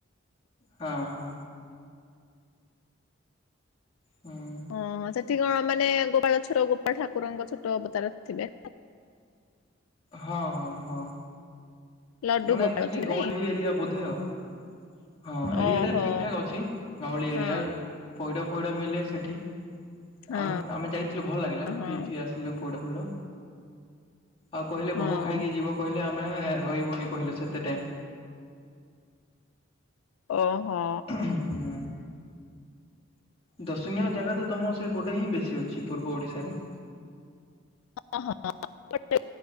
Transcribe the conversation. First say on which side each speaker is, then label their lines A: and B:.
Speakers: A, on the left (about 25°); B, on the left (about 80°).
A: ହଁ ହଁ ହଁ
B: ଓ ହୋ ସେଠି କଣ ମାନେ ଗୋପାଳ ଛୋଟ ଗୋପଳ ଠାକୁରଙ୍କ ଛୋଟବତାର ଥିବେ
A: ହଁ ହଁ ହଁ
B: ଲଡୁ
A: ମାନେ
B: ଗୋପାଳ
A: ଟିକି
B: ଥିବେ
A: ଗଉଁଳି
B: ନାଇଁ
A: ଏରିଆ ବୋଧେ ଆଉ ହଁ ଏରିଆଟା
B: ଓହୋ
A: ଠିକ୍ ଠାକ୍ ଅଛି ଗାଁଉଳି ଏରିଆ
B: ହଁ
A: ପଇଡ଼ ଫଇଡ଼ ମିଲେ ସେଠି
B: ହଁ
A: ଆମେ ଆମେ ଯାଇଥିଲୁ ଭଲ ଲାଗିଲା
B: ହଁ
A: ପିଇ ଫିଇ ଆସିଲୁ ପୋଡ ଫୋଡ଼ ଆଉ କହିଲେ
B: ହଁ
A: ଭୋଗ ଖାଇକି ଯିବ କହିଲେ ଆମେ ରହିବୁନି କହିଲେ ସେତେ ଟାଇମ୍
B: ଓହୋ
A: ଉ ହୁ ଦର୍ଶନୀୟ ଜାଗା ତ ତୁମ ସେପଟେ ହିଁ ବେଶୀ ଅଛି ପୂର୍ବ ଓଡ଼ିଶାରେ
B: ହଁ ହଁ ବ <unintelligible>